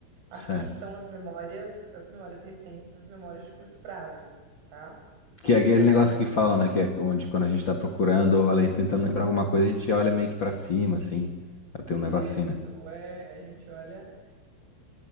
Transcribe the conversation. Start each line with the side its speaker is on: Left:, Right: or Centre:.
Right: Aqui
Left: certo.
Right: estão as memórias, as memórias recentes, as memórias de curto prazo, tá?
Left: Que é aquele
Right: Até
Left: negócio
Right: uns.
Left: que falam, né? Que é onde quando a gente tá procurando ou além tentando lembrar alguma coisa, a gente olha meio que pra cima, assim. Ela tem
Right: Isso,
Left: um negócio assim, né?
Right: é, a gente olha